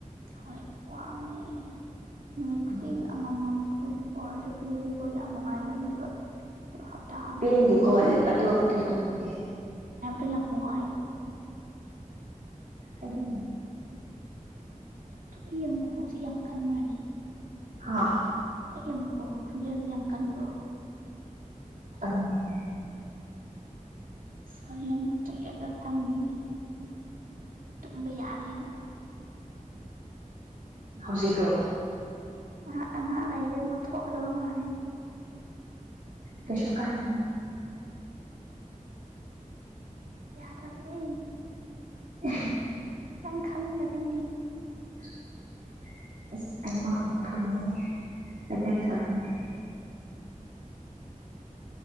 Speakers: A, on the right; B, on the right.
A: ꯍꯣꯏ ꯄꯋꯥ ꯃꯅꯤ ꯅꯨꯃꯤꯠ ꯈꯨꯗꯤꯡ
B: ꯎꯝ
A: ꯑꯃ ꯃꯝ ꯈꯗꯤ ꯑꯣꯔ ꯄꯤꯔꯤ ꯑꯅ ꯉꯥꯏꯕꯅꯦꯕ ꯑ ꯍꯇꯥ ꯑꯃꯗ
B: ꯄꯦꯟꯗꯦꯀꯣ
A: ꯑꯅꯤ ꯑꯅꯤꯅꯨꯡ
B: ꯑꯗꯨ ꯑꯗꯨ ꯇꯧꯔꯗꯤ
A: ꯑ ꯌꯥꯝ ꯋꯥ ꯋꯥꯑꯦꯕ
B: ꯑꯗꯨ
A: ꯇꯨꯂ ꯑꯃꯨꯛ ꯈꯣꯁꯤꯦ ꯌꯥꯝ ꯀꯟꯕ꯭ꯔꯅꯤ
B: ꯑꯥ
A: ꯑꯩꯒꯤ ꯑꯃꯨꯛꯀꯣ ꯈꯨꯟꯖ ꯌꯥꯝ ꯀꯟꯕ꯭ꯔꯣ
B: ꯐꯉꯦ
A: ꯁ ꯃꯇ ꯀꯒ ꯈꯝꯅꯤ ꯇꯨꯝ ꯌꯥꯔꯦꯅ
B: ꯍꯧꯖꯤꯛ꯭ꯔꯣ
A: ꯍ ꯑꯍꯥꯟ ꯂꯩꯁꯦ ꯑꯃꯨꯛ ꯊꯣꯛꯀꯗꯕ ꯃꯥꯜꯂꯤꯅꯤ
B: ꯀꯁꯨ ꯀꯥꯏ
A: ꯌꯥꯊꯕꯅꯤ
B: ꯎ
A: ꯅꯪ ꯈꯥꯡꯪꯅ ꯄꯅꯦ
B: ꯃꯄꯨꯔꯅꯤ ꯂꯩ ꯇꯔ